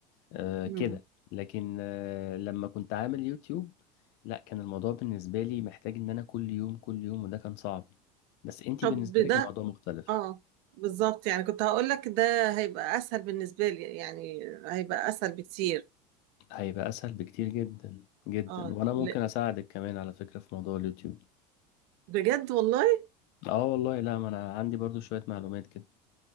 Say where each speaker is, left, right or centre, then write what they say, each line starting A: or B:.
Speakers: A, on the left; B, on the right.
A: أه كده
B: امم
A: لكن أه لما كنت عامل يوتيوب لا كان الموضوع بالنسبة لي محتاج إن أنا كل يوم كل يوم وده كان صعب بس أنتي
B: طب
A: بالنسبة
B: ده
A: لك الموضوع مختلف
B: اه بالظبط يعني كنت هقول لك ده هيبقى اسهل بالنسبة لي يعني هيبقى اسهل بكتير
A: هيبقى أسهل بكتير جدا جدا
B: اه
A: وأنا ممكن
B: لا.
A: أساعدك كمان على فكرة في موضوع اليوتيوب
B: بجد والله
A: آه والله لا ما أنا عندي برضو شوية معلومات كده